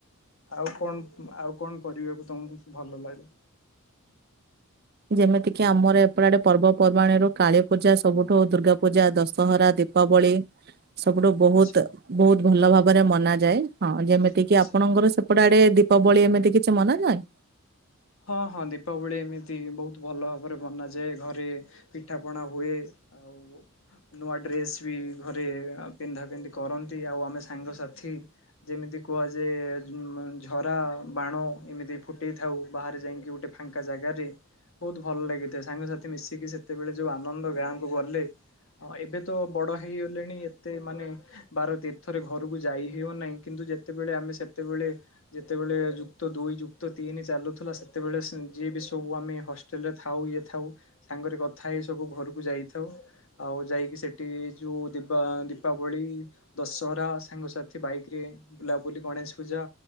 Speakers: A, on the left (about 65°); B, on the right (about 45°).
A: ଆଉ କଣ ଆଉ କଣ କରିବାକୁ ତମକୁ ଭଲ ଲାଗେ?
B: ଯେମିତି କିି ଆମର ଏପଟ ଆଡେ ପର୍ବପର୍ବାଣୀ ରୁ କାଳୀ ପୂଜା ସବୁଠୁ ଦୁର୍ଗା ପୂଜା, ଦଶହରା ଦୀପାବଳି। ସବୁଠୁ ବହୁତ
A: ଆଚ୍ଛା
B: ବହୁତ ଭଲ ଭାବରେ ମନା ଯାଏ। ହଁ ଯେମିତି
A: ଆଚ୍ଛା ଆଚ୍ଛା।
B: କିି ଆପଣଙ୍କର ସେପଟେ ଆଡେ ଦୀ ଦୀପାବଳି ଏମିତି କିଛି ମନା ନାହିଁ।
A: ହଁ ହଁ ଦୀପାବଳି ଏମିତି ବହୁତ ଭଲ ଭାବରେ ବନାଯାଏ। ଘରେ ପିଠା ପଣା ହୁଏ। ଆଉ। <inaudible> ନୂଆ ଡ୍ରେସ ବି ଘରେ ପିନ୍ଧା ପିନ୍ଧି କରନ୍ତି। ଆଉ ଆମେ ସାଙ୍ଗସାଥି ଯେମିତି କୁହାଯାହା ଝରା ବାଣ ଏମିତି ଫୁଟେଇଥାଉ। ବାହାରେ ଯାଇକି ଗୋଟେ ଫାଙ୍କା ଜାଗାରେ। ବହୁତ ଭଲ ଲାଗିଥାଏ। ସାଙ୍ଗସାଥି ମିଶିକି ସେତେବେଳେ ଯୋଉ ଆନନ୍ଦ ଗାଁକୁ ଗଲେ। ହଁ ଏବେ ତ ବଡ ହେଇଗଲେଣି ଏତେ ମାନେ ବାର ତୀର୍ଥରେ ଘରକୁ ଯାଇ ହେଉ ନାହିଁ। କିନ୍ତୁ ଯେତେବେଳେ ଆମେ ସେତେବେଳେ ଯେତେବେଳେ ଯୁକ୍ତ ଦୁଇ ଯୁକ୍ତ ତିନି ଚାଲୁ ଥିଲା ସେତବେଳେ ଯିଏ ବି ସବୁ ଆମେ ହଷ୍ଟେଲ ରେ ଥାଉ ଇଏ ଥାଉ ସାଙ୍ଗରେ କଥା ହେଇ ସବୁ ଘରକୁ ଯାଇ ଥାଉ। ଆଉ ଯାଇକି ସେଠି ଯୋଉ ଦୀପା ଦୀପାବଳି ଦଶହରା ସାଙ୍ଗସା ବାଇକ୍ ରେ ବୁଲାବୁଲି ଗଣେଶ ପୂଜା